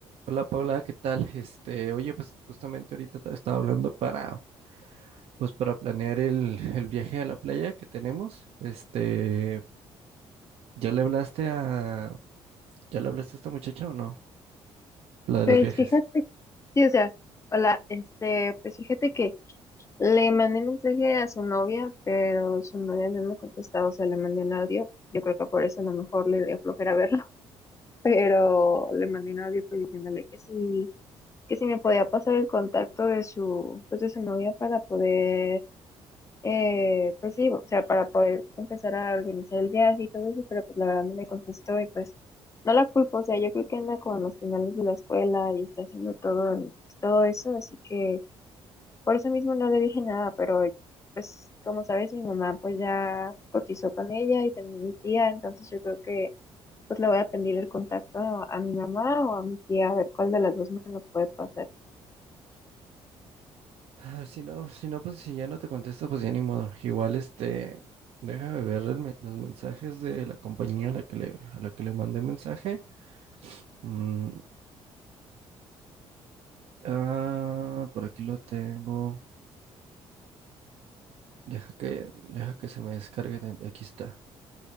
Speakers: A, on the right; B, on the left.
A: Hola Paula, ¿qué tal? Este, oye, pues justamente ahorita te estaba hablando para, pues para planear el, el viaje a la playa que tenemos. Este, ¿ya le hablaste a, ya le hablaste a esta muchacha o no? La de
B: Pues
A: los viajes.
B: fíjate, sí, o sea, hola, este, pues fíjate que le mandé mensaje a su novia, pero su novia no me contestó, o sea, le mandé un audio, yo creo que por eso a lo mejor le dio flojera verlo, <laughs> pero le mandé un audio pues diciéndole que sí, que si me podía pasar el contacto de su, pues de su novia para poder eh, pues sí, o sea, para poder empezar a organizar el viaje y todo eso, pero pues la verdad no me contestó y pues no la culpo, o sea, yo creo que anda con los finales de la escuela y está haciendo todo, en- todo eso, así que por eso mismo no le dije nada, pero pues como sabes, mi mamá pues ya cotizó con ella y también mi tía, entonces yo creo que pues le voy a pedir el contacto a, a mi mamá o a mi tía, a ver cuál de las dos me lo puede pasar.
A: Ah, si no, si no, pues si ya no te contesta, pues ya ni modo. Igual, este, déjame ver el me- los mensajes de la compañía a la que le, a la que le mandé mensaje. Mm, ah, por aquí lo tengo. Deja que, deja que se me descargue. de- Aquí está.